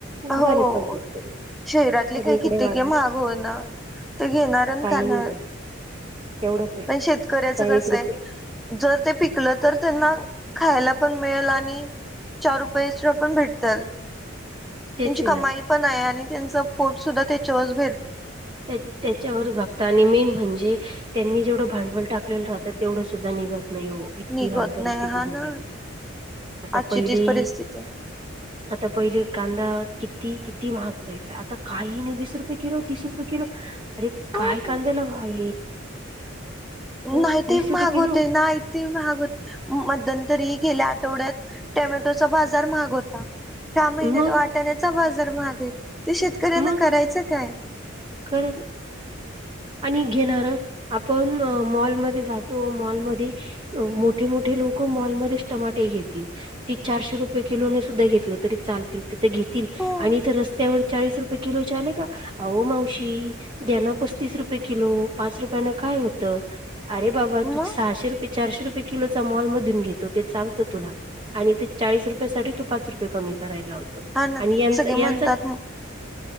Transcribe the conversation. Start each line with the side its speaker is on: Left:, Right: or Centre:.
Centre: हो
Right: झाली पद्धत सगळी
Centre: शरीरातले
Right: सगळीकडे
Centre: काही किततीक
Right: वाढवा
Centre: महाग हो ना. ते घेणारन
Right: काही
Centre: खाणार.
Right: येऊ द्या तेवढंच आहे
Centre: पण शेतकऱ्याचं
Right: चाळीस
Centre: कस आहे.
Right: रुपये.
Centre: जर ते पिकलं तर त्यांना खायला पण मिळेल आणि. चार रुपये पण भेटतल.
Right: तेच
Centre: त्यांची
Right: आहे
Centre: कमाई
Right: ना
Centre: पण आहे आणि त्यांचं पोट सुद्धा त्याच्यावर भेर.
Right: तेच तेच.... च्या व भागत आणि मेन म्हणजे त्यांनी जेवढं भांडवल टाकलेलं राहतं तेवढं सुद्धा निघत नाही हो... इतकी
Centre: निघत
Right: घाण परिस्थिती
Centre: नाही हा
Right: झालेली.
Centre: ना
Right: आता
Centre: आजची
Right: पहिले
Centre: तीच परिस्थिती आहे...
Right: आता पहिले कांदा किती किती महाग जायचा आता काहीने वीस रुपये किलो तीस रुपये... किलो अरे
Centre: हो.
Right: काय
Centre: हो.
Right: कांद्याला भाव... अं
Centre: नाही ते
Right: वीस रुपये
Centre: महाग
Right: किलो
Centre: होते नाही ते महाग होते मध्यंतरी गेल्या आठवड्यात... टोमॅटोचा बाजार महाग होता.. ह्या महिन्यात
Right: मग
Centre: वाटाण्याचा बाजार महाग आहे ते शेतकऱ्यांना
Right: मग
Centre: करायचं काय...
Right: खरंच... आणि घेणार आपण मॉलमध्ये जातो मॉलमध्ये... मोठे मोठे लोक मॉलमध्येध्येच टमाटे घेतील... ती चारशे रुपये किलोने सुद्धा घेतली तरी चालतील... तथ घेतील
Centre: हो
Right: आणि इथ रस्त्यावर चाळीस रुपये किलो आले का अह मा... शी द्याणा पस्तीस रुपये किलो पाच रुपयाना काय होतं? अरे बाबा
Centre: मग
Right: तू सहाशे रुपये चारशे रुपये किलोचा मॉलमधून घेतो ते चालतं तुला आणि ते चाळीस रुपयाेसाठी तू पाच रुपये कमी करायला लावतो
Centre: हा ना
Right: आणि यांचा
Centre: सगळे
Right: यांचा
Centre: म्हणतात...